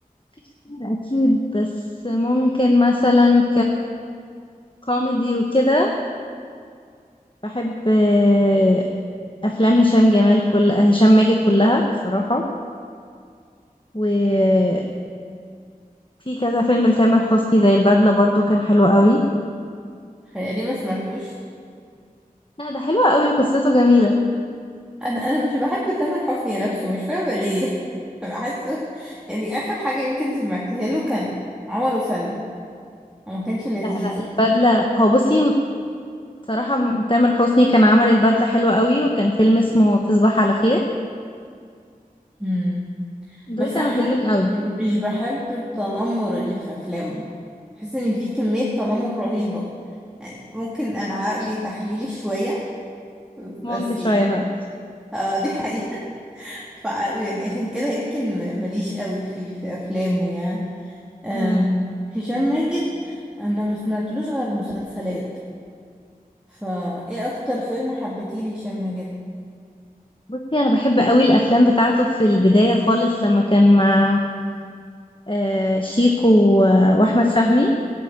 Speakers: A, on the left (about 35°); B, in the centre.
A: في كتير اكيد بس ممكن مثلا ككوميدي وكده بحب آه، افلام هشام جمال كل هشام ماجد كلها صراحة وفي كذا فيلم لتامر حسني زي البدلة برضو كان حلو قوي
B: خيالي ما سمعتوش
A: لا ده حلو قوي قصته جميلة
B: انا انا مش بحب تامر حسني نفسه مش فاهمة ليه <laughs> بحسه يعني اخر حاجة يمكن سمعتها له كان عمر وسلمى وما كانش لذيذ
A: لا لا البدلة هو بصي صراحة م- تامر حسني كان عمل البدلة حلوة قوي وكان فيلم اسمه تصبح على خير
B: يعني
A: دول
B: بس
A: كانوا
B: احيانا
A: حلوين قوي
B: مش بحب التنمر اللي في افلامه بحس ان في كمية تنمر رهيبة يعني ممكن انا عقلي تحليلي شوية
A: ممكن
B: بس
A: شوية
B: يعني
A: فعلا
B: اه دي حقيقة <laughs> ف يعني عشان كده يمكن م- ماليش قوي في في افلامه يعني أم،
A: مم.
B: هشام ماجد انا ما سمعتلوش غير مسلسلات فايه اكتر فيلم حبيتيه لهشام ماجد
A: بصي أنا بحب قوي الأفلام بتاعته في البداية خالص لما كان مع آه، شيكو و- وأحمد فهمي